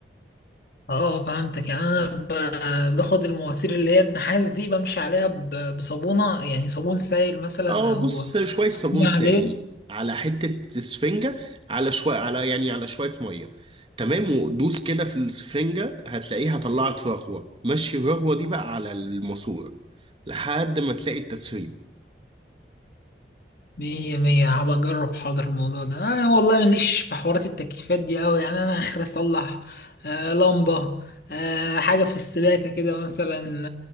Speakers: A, on the left; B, on the right.
A: اه فهمتك يعني انا ب- باخد المواسير اللي هي النحاس دي بمشي عليها ب- بصابونة يعني صابون سائل مثلا
B: اه
A: او
B: بص شوية
A: صابونة
B: صابون سائل
A: عادية
B: على حتة سفنجة على شوية على يعني على شوية مية تمام ودوس كده في السفنجة هتلاقيها طلعت رغوة مشي الرغوة دي بقى على الماسورة لحد ما تلاقي التسريب
A: مية مية هبقى أجرب حاضر الموضوع ده أنا والله ماليش في حوارات التكييفات دي أوي يعني أنا آخر أصلح آه لمبة آه حاجة في السباكة كده مثلا